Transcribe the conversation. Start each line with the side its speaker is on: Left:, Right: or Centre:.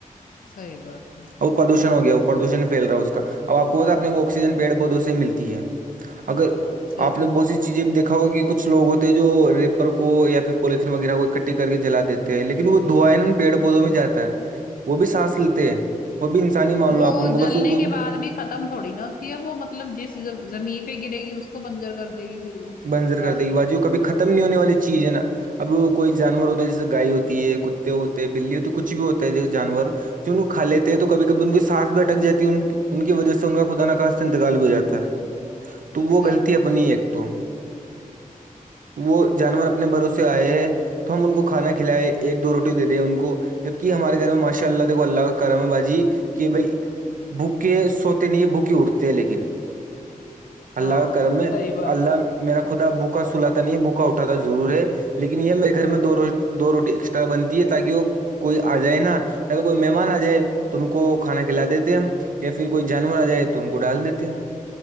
Left: صحیح بات ہے
Right: وہ پردوشن ہو گیا وہ پردوشن پھیل رہا ہے اس کا اب آ کو پتا اپنے کو آکسیجن پڑ پودوں سے ملتی ہے اگر
Left: صحیح
Right: آپ
Left: فرمایا
Right: نے بہت سی چیزیں بھی دیکھا ہوگا کہ کچھ لوگ ہوتے ہیں جو کو یا پھر پلیتھین وغیرہ کو اکٹھی کر کے جلا دیتے ہیں لیکن وہ دھوئے نا پیڑ پودوں میں جاتا ہے وہ بھی سانس لیتے ہیں وہ بھی انسانی مان
Left: وہ
Right: لو آپ ان کو
Left: جلنے
Right: بس وہ وہ
Left: کے
Right: بھی
Left: بعد ختم تھوڑی نہ ہوتی ہے وہ مطلب جس زمین پہ گرے گی اس کو بنجر کر دے گی پھر وہ
Right: بنجر
Left: پلاسٹک
Right: کر دے گی باجی کبھی ختم نہیں ہونے
Left: ہوں
Right: والی چیز ہے نا اب کوئی جانور ہوتا ہے جیسے گائے ہوتی ہے کتے ہوتے ہیں بلی ہوتی ہے کچھ بھی ہوتا ہے جانور جو ان کو کھا لیتے ہیں تو کبھی کبھی ان کی سانس بھیھٹک جات ہے ان کی ان کی وجہ سے ان کا خدا ن کااش سے انتقال بھی ہو جاتا ہے
Left: <inaudible>
Right: تو وہ غلط
Left: فرمایا
Right: اپنی
Left: آپ
Right: ایک
Left: نے
Right: تو وہ جانور اپنے بھروسے آئے ہیں تو ہم ان کو کھانا کھلائے ایک دو روٹی دے دیں ان کو جبکہ ہمارے گھر میں ماشاء اللہ دیک اللہ کا کرا ہے باجی کہ بھائی بھوکے سوتے نہیں ہے بھوکے اٹھتے ہیں لیکن
Left: ہاں
Right: اللہ کا کرم ہے
Left: صحیح بات ہے
Right: میرا
Left: ہوں
Right: خدا بوکا سلاتا نہیں بوکا اٹاتا ضرور ہے لیکن یہ میرے گھر
Left: ہاں
Right: میں دو روز دو روٹی ایکسٹرا بنتی ہے تاکہ وہ کوئی آ جائے نا یا تو کوئی مہمان آ جائے تو ان کو کھانا کھلا دیتے ہم یا پھر کوئی جانور آ جائے تو ان کو ڈال دیتے ہیں